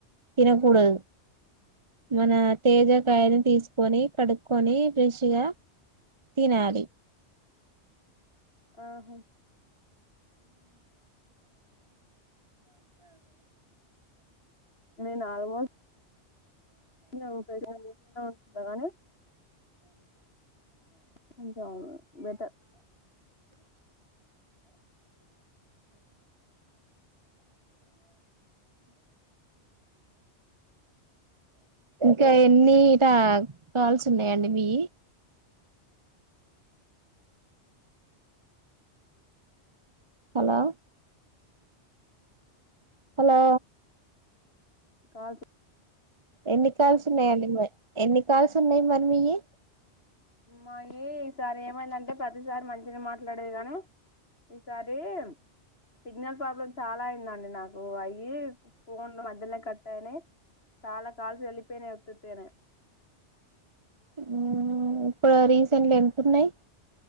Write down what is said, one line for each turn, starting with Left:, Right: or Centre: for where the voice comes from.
Right: తినకూడదు మన తేజకాయని తీస్కొని కడుక్కొని ఫ్రెష్ గ తినాలి
Left: ఆహా నేను ఆల్మోస్ట్ సర అందారనే కొంచెం బెటర్
Right: ఇంకా ఎన్ని టా కాల్స్ ఉన్నాయంండి మీయి హలో హలో
Left: కాదు
Right: ఎన్ని కాల్స్ ఉన్నాయండి మర్ కాల్స్ ఉన్నాయి మరి మీయ్యి
Left: మాయ్యి ఈసారి ఏమైందంటే ప్రతిసారి మంచిగ మాట్లాడేది గాని ఈసారీ సిగ్నల్ ప్రాబ్లమ్ చాలా అయిందండి నాకు అయ్యి ఫోన్లు మధ్యలో కట్టయ్ నై చాలా కాల్స్ వెళ్లిపేనీ ఉత్తుత్ గనే
Right: మ్మ్ ప్పుడ రి సెండ్ లో ఎంత ఉన్నాయ్